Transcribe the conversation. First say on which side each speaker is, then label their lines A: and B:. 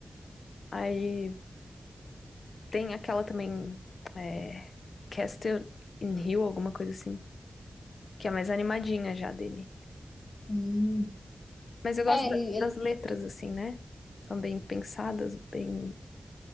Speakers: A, on the left; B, on the left.
A: Aí Tem aquela também, é, Castle in Hill, alguma coisa assim, que é mais animadinha já dele.
B: Hum.
A: Mas eu gosto
B: É,
A: da-
B: ele,
A: das
B: ele,
A: letras, assim, né? São bem pensadas, bem,